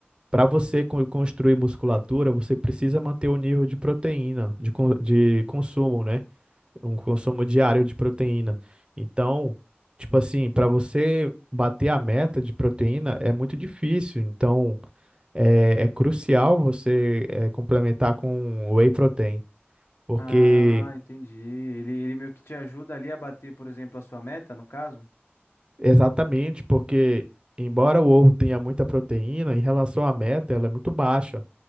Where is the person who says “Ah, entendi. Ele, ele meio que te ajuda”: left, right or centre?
Left